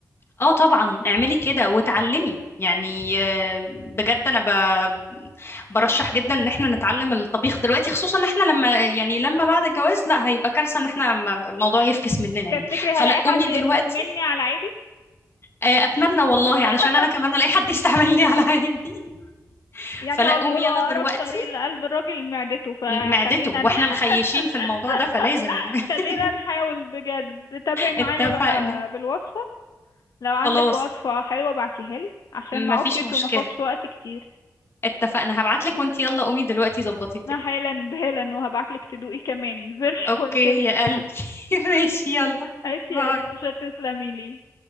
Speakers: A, on the left; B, on the left.
A: اه طبعا اعملي كده وتعلمي يعني آه، بجد انا ب... برشح جدا ان احنا نتعلم الطبيخ دلوقتي خصوصا ان احنا لما يعني لما بعد الجواز لا هيبقى كارثة ان احنا م- الموضوع يفكس مننا
B: تفتكري
A: يعني
B: هلاقي
A: فلا قومي
B: حد
A: دلوقتي
B: يستحملني على عيبي
A: آه، اتمنى والله
B: <laughs>
A: علشان انا كمان الاقي حد يستعملني على عيبي <laughs>
B: يعني
A: فلا
B: هو بيقولوا
A: قومي يلا
B: أقرب
A: دلوقتي
B: طريق لقلب الراجل معدته فخلينا
A: معدته واحنا
B: ن...
A: مخيشين
B: <laughs>
A: في الموضوع ده فلازم <laughs>
B: خلينا نحاول بجد تابعي معايا
A: اتفقنا
B: بقى بالوصفة لو عندك
A: خلاص
B: وصفة حلوة بعتيها لي عشان
A: مفيش
B: ما اعكش
A: مشكلة
B: وما اخدش وقت كتير
A: اتفقنا هبعتلك وانت يلا قومي دلوقتي ظبطي الدنيا
B: انا حالا بالا وهبعتلك تدوقي كمان فيرشوال
A: اوكي
B: تيست
A: يا
B: <laughs>
A: قلبي <laughs> ماشي يلا
B: عيتي
A: باي
B: يا ايوشا تسلمي لي